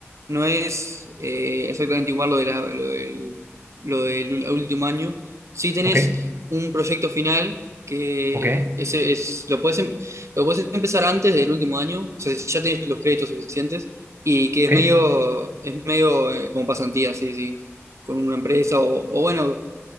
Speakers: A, on the right; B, on the right.
A: No es eh, exactamente igual lo de la- lo del, lo del último año. Sí tenés
B: Ok,
A: un proyecto final que
B: ok,
A: ese es, lo puedes, em- lo puedes empezar antes del último año, o sea, si ya tenés los créditos suficientes y que
B: ok.
A: es medio, es medio eh, como pasantía, sí, sí, con una empresa o, o bueno,